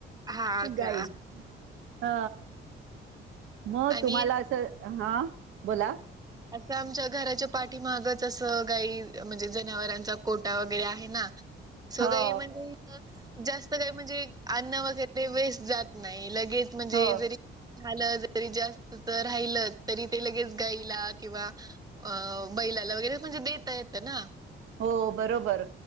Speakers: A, on the right; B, on the right.
A: हा
B: गाई
A: का?
B: ह मग
A: आणि
B: तुम्हाला असं, हा बोला.
A: असं आमच्या घराच्या पाठीमागच असं गाई म्हणजे जनावरांचा कोटा वगैरे आहे ना. सो
B: हो
A: काय म्हणजे इथं जास्त काही म्हणजे, अन्न वगैरे वेस्ट जात नाही लग गेच म्हणजे
B: हो
A: जरी झालं जरी जास्तच राहिलं, तरी ते लगेच गाईला किंवा अ बैलाला वगैरे म्हणजे देता येतं ना.
B: हो बरोबर,